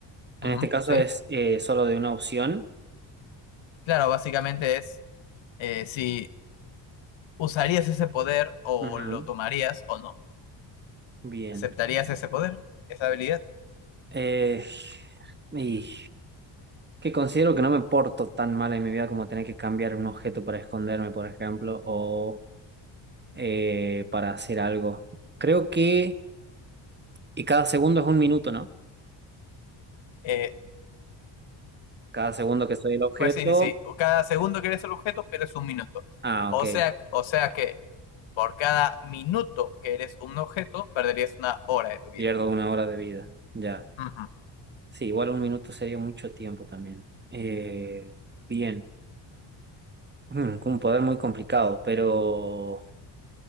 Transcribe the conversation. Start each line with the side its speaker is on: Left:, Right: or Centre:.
Right: en
Left: Ujú,
Right: este caso
Left: sí.
Right: es eh, solo de una opción.
Left: Claro, básicamente es eh, si usarías ese poder o
Right: Ujú,
Left: lo tomarías o no.
Right: Bien.
Left: ¿Aceptarías ese poder, esa habilidad?
Right: Eh, y que considero que no me porto tan mal en mi vida como tener que cambiar un objeto para esconderme, por ejemplo, o eh, para hacer algo. Creo que, y cada segundo es un minuto, ¿no?
Left: Eh,
Right: Cada segundo que soy el objeto,
Left: Pues sí, sí, sí. O Cada segundo que eres el objeto pierdes un minuto.
Right: ah,
Left: O
Right: ok,
Left: sea, o sea que por cada minuto que eres un objeto, perderías una hora de tu vida.
Right: pierdo una hora de vida, ya.
Left: Ujú,
Right: Sí, igual un minuto sería mucho tiempo también. Eh, bien, Mm, con un poder muy complicado, pero,